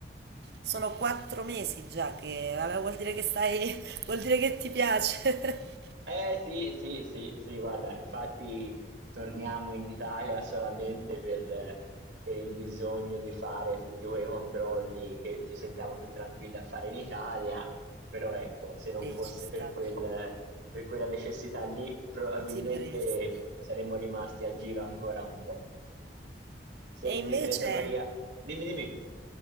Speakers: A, on the right; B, on the right.
A: sono quattro mesi già che, vabbè, vuol dire che stai, <laughs> vuol dire che ti piace. <laughs>
B: Eh sì, sì, sì, sì, guarda, infatti torniamo in Italia solamente per, eh, per il bisogno di fare tutti quei controlli che ci sentiamo più tranquilli a fare in Italia, però ecco, se non
A: Sì,
B: fosse
A: ci sta,
B: per quel, per quella necessità lì, probabilmente
A: continueresti.
B: saremmo rimasti a giro ancora un po'. Senti,
A: E invece,
B: Teresa Maria, dimmi, dimmi.